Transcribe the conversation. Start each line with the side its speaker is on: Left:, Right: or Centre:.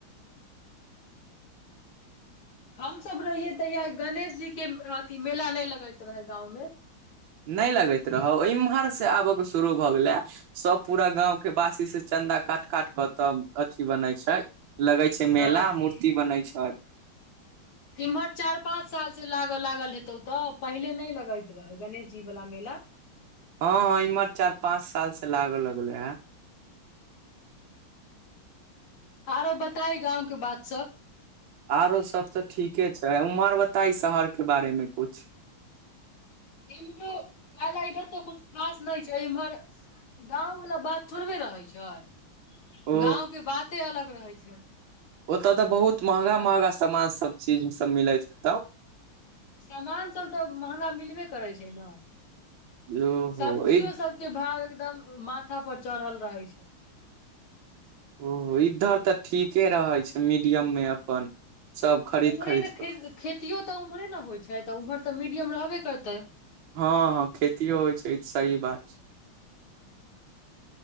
Left: हमसब रहियै तहिया गणेश जी के अथी मेला नय लगैत रहै गाँंव मे।
Right: नय लगैत रहौ इम्हर से आब के शुरू। भऽ गेलैए सब पूरा गांव के वासी से चन्दा काट काट के तब अथि बनै छै। लगै छै
Left: हँ
Right: मेला मूर्ति बनै छै।
Left: एम्हर चारि पाँच साल से लागऽ लागल हेतौ तऽ पहिले नय लगैत रहेै गणेश जी वाला मेला।
Right: हँ हँ इम्हर चार पाँच साल से लागऽ लगले हे।
Left: आरो बताही गाँंव के बात सब।
Right: आरो सब तऽ ठीके छै उम्हर बताही शहर के बारे मे कुछ।
Left: इमहरो जाला इधर तऽ कुछ खास नहि छै इमहर गाँवबला बात थोड़बे रहै छै <inaudible>
Right: ओ
Left: गाँव केँ बाते अलग रहे छै
Right: ओत तऽ बहुत महंगा महंगा सामान सब चीज सब मिलैत हेतौ
Left: समामान सब तऽ महंगा मिलबे करै छै न <inaudible>
Right: ओहो
Left: सब्जियो
Right: ई
Left: सब केँ भाव एकदम माथा पर चढ़ल रहे छै
Right: ओ इधर तऽ ठीके रहे छै मीडियम मे अपन सब
Left: तऽ
Right: खरीद
Left: उम्हरे
Right: खरीद
Left: ने
Right: कऽ
Left: खे खेतियो तऽ ओम्हरे नऽ होइत छै तऽ उम्हर तऽ मीडियम रहबे करतै
Right: हँ हँ खेतियों होइ छै ई सही बात छै